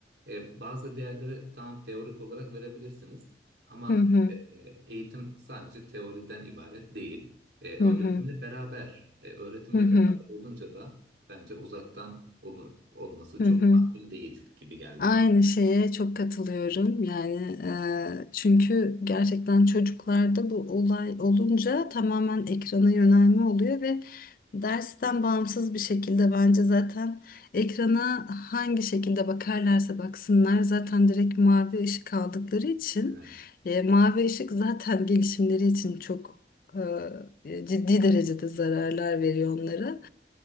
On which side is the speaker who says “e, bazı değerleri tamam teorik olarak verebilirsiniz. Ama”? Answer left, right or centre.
Right